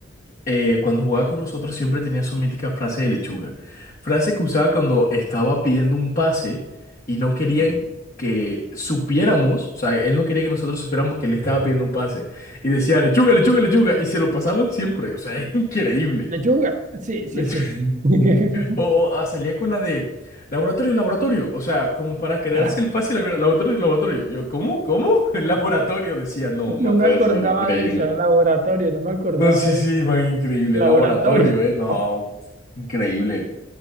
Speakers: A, on the left; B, on the right.
A: eh, cuando jugaba con nosotros siempre tenía su mítica frase de lechuga. Frase que usaba cuando estaba pidiendo un pase y no querían
B: Sí.
A: que supiéramos, o sea, él no quería que nosotros supiéramos que él estaba pidiendo un pase. Y decía, lechuga, lechuga, lechuga. Y se lo pasaban siempre, o sea, <laughs> era increíble.
B: Lechuga, sí, sí,
A: Lechu-
B: sí. <laughs>
A: O, o, ah, salía con la de laboratorio, laboratorio. O sea, como para quedarse
B: Ah,
A: el pase, la- laboratorio, laboratorio. Yo, ¿cómo? ¿Cómo? <laughs> El laboratorio decía, no, no
B: no me
A: puede
B: acordaba
A: ser, increíble.
B: de eso, laboratorio, no me acordaba
A: No, sí,
B: de
A: sí,
B: eso,
A: man, increíble
B: laboratorio.
A: laboratorio, ¿eh?
B: <laughs>
A: No, increíble.